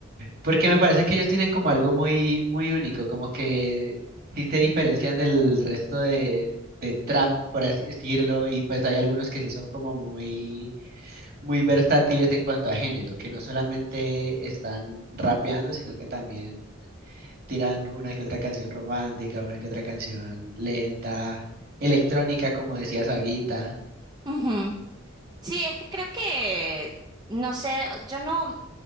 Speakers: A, on the right; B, on the right.
A: Porque me parece que ellos tienen como algo muy, muy único, como que sí se diferencian del resto de, de trap, por así decirlo, y pues hay algunos que sí son como muy, muy versátiles en cuanto a género, que no solamente están rapeando, sino que también tiran una que otra canción romántica, una que otra canción lenta, electrónica, como decías ahorita.
B: Ujú. Sí, es que creo que, no sé, yo no,